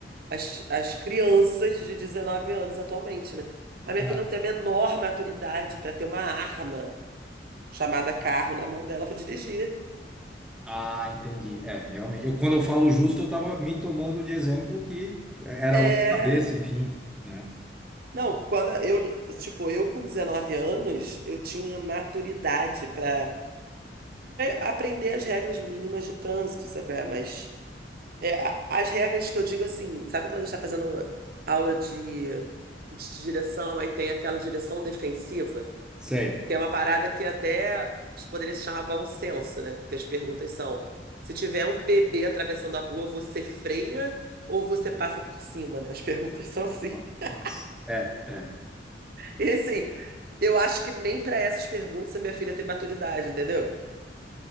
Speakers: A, on the right (about 55°); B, in the centre.
A: as, as crianças de 19 anos atualmente, né? A minha
B: Ah,
A: filha não tem a menor maturidade para ter uma arma chamada carro na mão dela para dirigir.
B: ah, entendi. É, realmente. Eu, quando eu falo justo, eu estava me tomando de exemplo que era
A: É.
B: outra cabeça, enfim, né?
A: Não, quando eu, tipo, eu com 19 anos, eu tinha maturidade para aprender as regras mínimas de trânsito, sabe? qual é? Mas É, a- as regras que eu digo assim, sabe quando a gente está fazendo aula de, de direção, aí tem aquela direção defensiva,
B: Sei.
A: que é uma parada que até poderia se chamar bom senso, né? Porque as perguntas são: se tiver um bebê atravessando a rua, você freia ou você passa por cima, né? As perguntas são assim.
B: Nossa,
A: <laughs>
B: nossa. É, é,
A: E assim, eu acho que nem para essas perguntas a minha filha tem maturidade, entendeu?